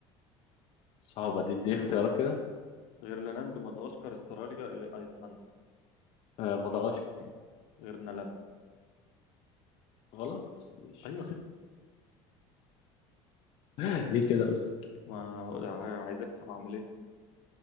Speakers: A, on the left; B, on the left.
A: صعبة دي دي اختيارات كده
B: غرينلاند مدغشقر استراليا الى ايسلندا
A: آه مدغشقر
B: غرينلاند
A: غلط ماشي
B: ايوه
A: <laughs> ليه كده بس
B: ما عايز اكسب اعمل ايه